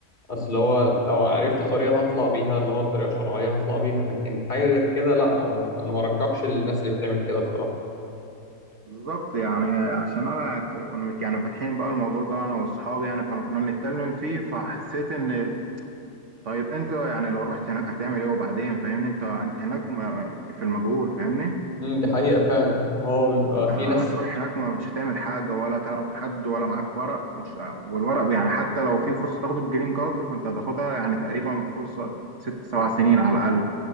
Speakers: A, on the left; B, on the right.
A: اصل هو لو عرفت طريقه هطلع بيها اللي هو طريقه شرعيه هطلع بيها لكن حاجه غير كده لا ما انا ما ارجحش الناس اللي بتعمل كده الصراحه
B: بالظبط يعني عشان انا ك- كنا مت- يعني فاتحين بقى الموضوع ده انا واصحابي يعني فانا كنا بنتكلم فيه فحسيت ان طيب انت يعني لو رحت هناك هتعمل ايه وبعدين فاهمني انت انت هناك م- في المجهول فاهمني
A: امم دي حقيقة فعلا هو بيبقى
B: انت
A: في
B: هتروح
A: ناس
B: هناك ما مش هتعمل حاجه ولا تعرف حد ولا معاك ورق ومش والورق يعني حتى لو في فرصه تاخد الجرين كارد فانت هتاخدها يعني تقريبا فرصه ست سبع سنين على الاقل